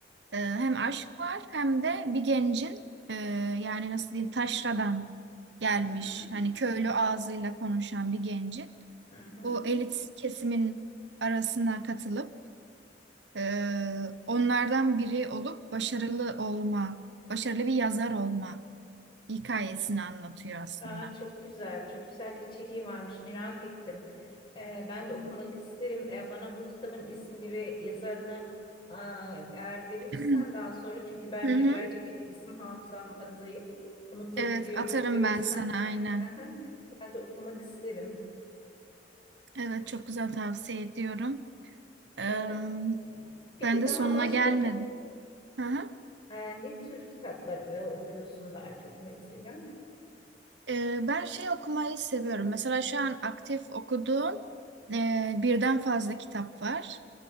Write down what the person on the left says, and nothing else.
hı hı,
hı hı.
Aa, çok güzel, çok güzel bir içeriği varmış. Merak ettim. E, ben de okumak isterim. E, bana bu kitabın ismini ve yazarını aa, eğer verirsen
daha sonra çünkü ben
e,
birazcık isim hafızam zayıf. Unutabiliyorum.
Verirsen
<laughs> ben de okumak isterim.
Ee, peki
daha
başka
e, ne tür kitaplar e, okuyorsun daha çok mesela?